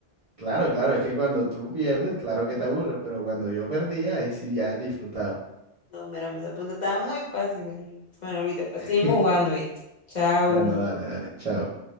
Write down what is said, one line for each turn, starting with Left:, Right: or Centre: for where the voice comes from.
Right: Claro, claro. Es que cuando tú pierdes, claro que te aburres. Pero cuando yo perdía, ahí sí ya disfrutaba.
Left: No, mira, esa pregunta estaba muy fácil. Bueno, Luis, después
Right: <laughs>
Left: seguimos jugando, ¿viste? Chao.
Right: Bueno, dale, dale. Chao.